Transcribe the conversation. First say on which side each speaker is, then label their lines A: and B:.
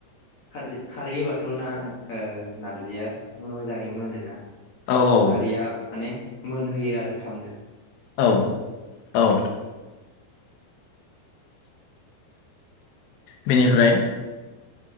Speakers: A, on the left; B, on the left.
A: खारजि खारै होबाथ' ना ओ नारजिया मोजाङै मोनोना।
B: औ
A: खारिया माने मोनहोयो आरो थामनो।
B: औ औ। बेनिफ्राय